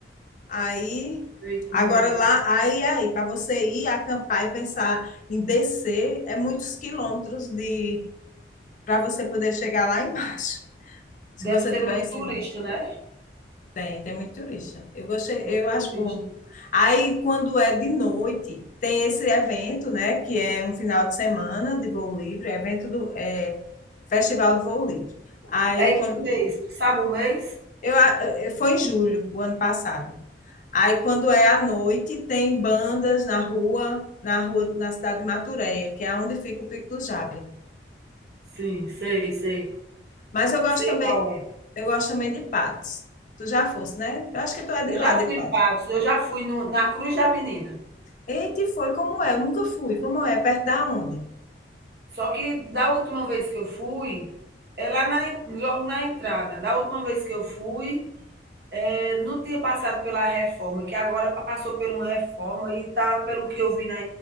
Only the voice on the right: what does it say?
Sei como
é.
Deve
ter
muito
turista, né,
muito
turista.
É em
que mês? Tu sabe o mês?
Sim, sei, sei.
Sei
qual é.
Eu já
fui
em Patos, eu já fui no na Cruz da Menina.
Só que da última vez que eu fui, é lá na en logo na entrada. Da última vez que eu fui, eh, não tinha passado pela reforma, que agora passou por uma reforma e tá, pelo que eu vi na